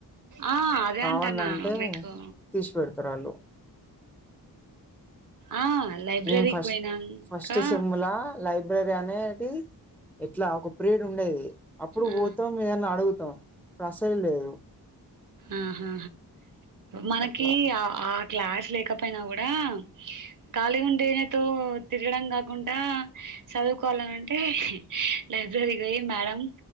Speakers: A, on the right; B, in the centre.
A: ఆ అదే
B: కావాలంటే
A: అంటన్న మీకు
B: తీసి పెడతారు వాళ్ళు
A: ఆ లైబ్రరీకి
B: మేము ఫస్ట్
A: పోయినాంకా
B: ఫస్ట్ సెమ్లా లైబ్రరీ అనేది ఎట్లా ఒక పీరియడ్ ఉండేది అప్పుడు
A: ఆ
B: పోతాం మమని అడుగుతాం రసయం లేదు
A: ఆహా మనకి
B: అట్లా
A: ఆ ఆ క్లాస్ లేకపోయినా కూడా ఖాళీ ఉండేనేెతో తిరగడం కాకుండా చదువుకోవాలని అంటే లైబ్రరీకి పోయి మేడం